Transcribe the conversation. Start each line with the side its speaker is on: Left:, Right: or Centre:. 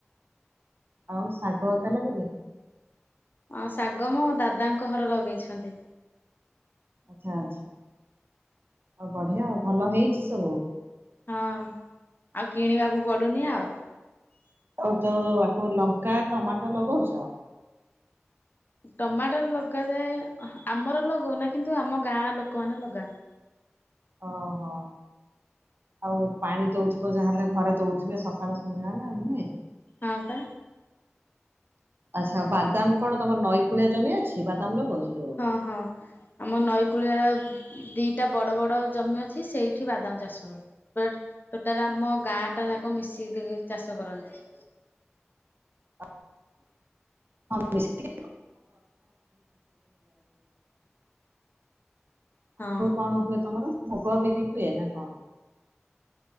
Right: ଆଉ ଶାଗ କା ଲାଗିନି?
Left: ହଁ ଶାଗ ମୋ ଦାଦାଙ୍କ ଘର ଲଗେଇଛନ୍ତି।
Right: ଆଛା ଆଚ୍ଛା ଆଉ ବଢିଆ ଆଉ ଭଲ ହେଇଛି ସବୁ?
Left: ହଁ ଆଉ କିଣିବାକୁ ପଡୁନି ଆଉ
Right: ଆଉ ତୋ ଆକୁ ଲଙ୍କା ଟମାଟୋ ଲଗଉଛ?
Left: ଟମାଟର ଲଗାଯାଏ ଆମର ଲଗାଉନା କିନ୍ତୁ ଆମ ଗାଁ ଲୋକମାନେ ଲଗାନ୍ତି।
Right: ଓହୋ। ଆଉ ପାଣି ଦଉଥିବ ଯାହାହେଲେ ଥରେ ଦଉଥିବେ ସକାଳୁ ସନ୍ଧ୍ୟାବେଳେ ଆଉ ନୁହେଁ।
Left: ହଁ ବା।
Right: ଆଚ୍ଛା ବାଦାମ କଣ ତମର ନଈ କୂଳିଆ ଜମି ଅଛି ବାଦାମ ଲଗାଉଛ ଯୋଉ
Left: ହଁ ହଁ। ଆମ ନଈକୂଳିଆ ଦୁଇଟା ବଡ଼ ବଡ଼ ଜମି ଅଛି ସେଇଠି ବାଦାମ ଚାଷ ହୁଏ। ଟୋଟାଲ ଆମ ଗାଁ ଟା ଯାକ ମିଶିକି ଚାଷ କରନ୍ତି।
Right: <inaudible> ଆଉ କଣ ସବୁ
Left: ହଁ।
Right: ହୁଏ ତମର ମୁଗ ବିରି ହୁଏ ନା କଣ?